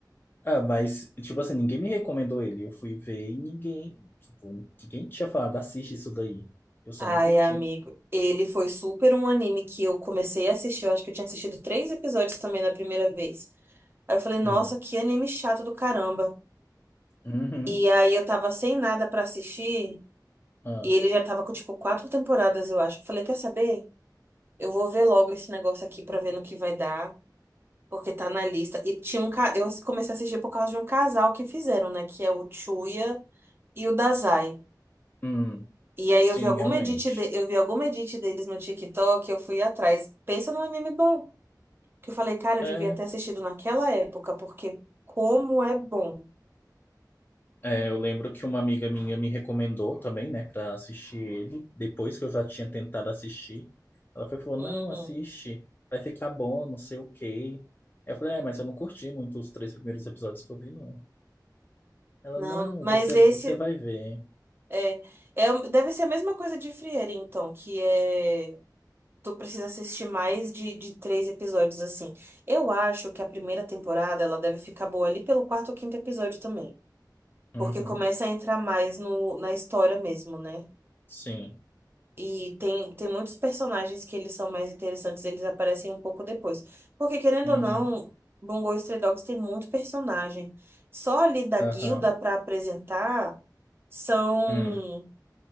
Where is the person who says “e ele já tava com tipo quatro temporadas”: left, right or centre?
Right